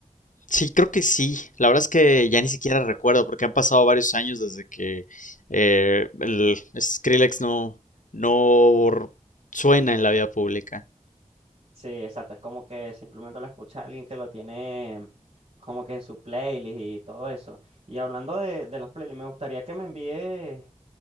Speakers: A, on the left (about 85°); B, on the right (about 60°).
A: Sí, creo que sí. La verdad es que ya ni siquiera
B: Creo
A: recuerdo
B: que,
A: porque han pasado varios años desde que eh, el Skrillex no, no suena en la vida pública.
B: sí, exacto, es como que simplemente lo escucha alguien que lo tiene como que en su playlist y todo eso. Y hablando de, de las playlists, me gustaría que me envíes